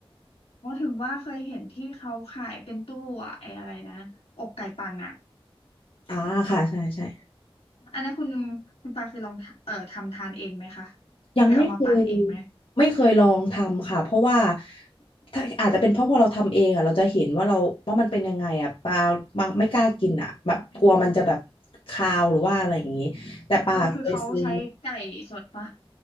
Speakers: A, on the left; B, on the left.
A: เพราะถึงว่าเคยเห็นที่เขาขายเป็นตู้อะไอ้อะไรนะอกไก่ปั่นอะ
B: อ่าค่ะใช่ใช่
A: อันนั้นคุณคุณปาคือลองทำเอ่อทำทานเองไหมคะ
B: ยังไม่เคย
A: เคยเอามาปั่นเองไหม
B: ไม่เคยลองทำค่ะเพราะว่าถ้าอาจจะเป็นเพราะพอเราทำเองอ่ะเราจะเห็นว่าเราว่ามันเป็นยังไงอ่ะปลามาไม่กล้ากินอ่ะแบบกลัวมันจะแบบคาวหรือว่าอะไรอย่างนี้แต่ปลาเคยซื้อ
A: เออคือเขาใช้ไก่สดปะ